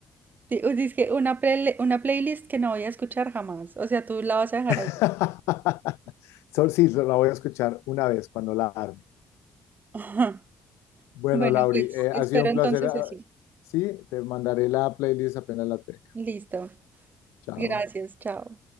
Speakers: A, on the right; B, on the left.
A: es que una, prele- una playlist que no voy a escuchar jamás. O sea, tú la vas a dejar
B: <laughs>
A: ahí.
B: Sol, sí, la voy a escuchar una vez cuando la arme.
A: <laughs>
B: Bueno,
A: Bueno,
B: Lauri,
A: pues
B: eh, ha
A: espero
B: sido un
A: entonces
B: placer. ah,
A: eso.
B: Sí, te mandaré la playlist apenas la tenga.
A: Listo.
B: Chao.
A: Gracias. Chao.